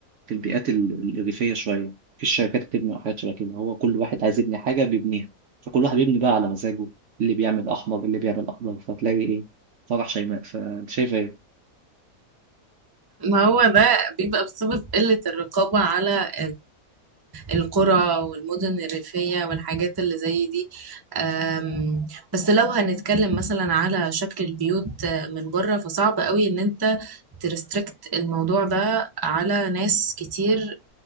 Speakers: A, on the right; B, on the right.
A: في البيئات ال- الريفية شوية في الشركات بتبني وحاجات شبه كده هو كل واحد عايز يبني حاجة بيبنيها فكل واحد بيبني بقى على مزاجه اللي بيعمل أحمر اللي بيعمل أخضر فتلاقي إيه فرح شيماء فأنت شايف إيه؟
B: ما هو ده بيبقى بسبب قلة الرقابة على القرى والمدن الريفية والحاجات اللي زي دي أم، بس لو هنتكلم مثلا على شكل البيوت آه، من بره فصعب قوي ان انت ترستريكت الموضوع ده على ناس كتير